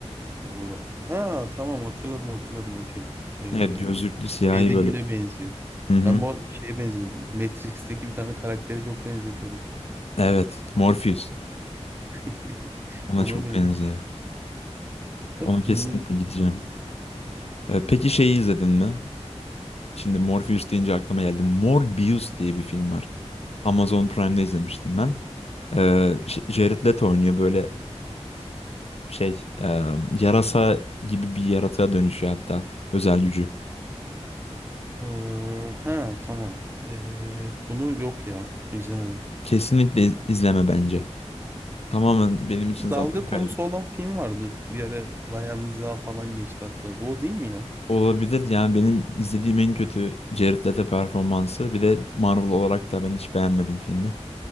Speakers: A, on the right; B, on the left.
A: Olur. Ha tamam hatırladım hatırladım okey. Ee,
B: Evet gözlüklü siyahi
A: şeydekine
B: böyle.
A: benziyor.
B: Hı hı.
A: Ben bu şeye benziyorum. Matrix'teki bir tane karaktere çok benzetiyordum.
B: Evet. Morpheus.
A: <laughs>
B: Ona
A: Ona
B: çok
A: benziyor.
B: benziyor.
A: Da
B: Ona
A: filmi
B: kesinlikle
A: izledim.
B: gideceğim. Ee, peki şeyi izledin mi? Şimdi Morpheus deyince aklıma geldi. Morbius diye bir film var. Amazon Prime'da izlemiştim ben. Ee, Ş- Jared Leto oynuyor böyle şey e, yarasa gibi bir yaratığa dönüşüyor hatta özel gücü.
A: Ee, ha tamam. Ee, bunu yok ya izlemedim.
B: Kesinlikle iz- izleme bence. Tamamen benim için
A: Dalga
B: zaman kaybı.
A: konusu olan film vardı. Bir ara bayağı mizah falan geçti hatta. Bu o değil mi ya?
B: Olabilir yani benim izlediğim en kötü Jared Leto performansı. Bir de Marvel olarak da ben hiç beğenmedim filmi.